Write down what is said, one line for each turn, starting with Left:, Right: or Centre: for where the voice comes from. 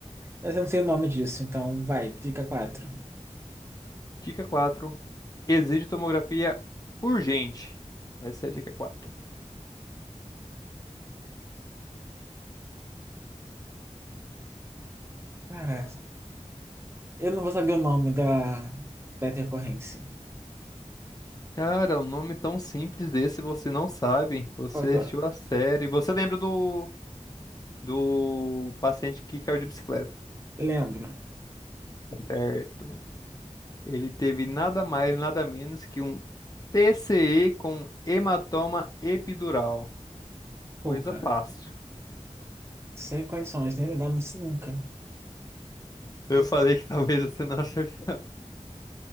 Right: Mas eu não sei o nome disso, então vai, dica quatro
Left: Dica 4. Exige tomografia urgente. Essa é a dica quatro.
Right: Cara, eu não vou saber o nome da, da intercorrência.
Left: Cara, um nome tão simples desse você não sabe. Você
Right: Qual que
Left: assistiu
Right: eu...
Left: a série. Você lembra do, do paciente que caiu de bicicleta,
Right: Lembro.
Left: certo? Ele teve nada mais, nada menos que um TCE com hematoma epidural.
Right: Porra,
Left: Coisa fácil.
Right: sem condições, nem lembrar disso nunca.
Left: Eu falei que <laughs> talvez você não acertasse.